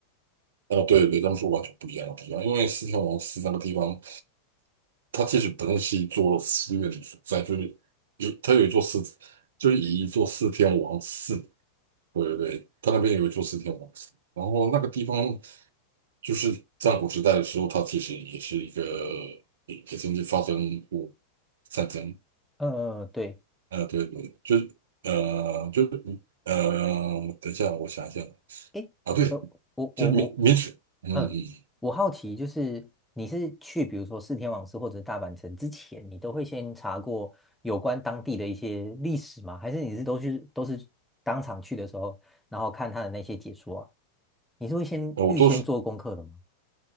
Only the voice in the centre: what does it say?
嗯嗯，嗯对。
诶，
呃，我我我，
嗯，
我好奇就是你是去比如说四天王寺或者是大阪城之前，你都会先查过有关当地的一些历史吗？还是你是都去都是当场去的时候，然后看他的那些解说啊？你是会先预先做功课的吗？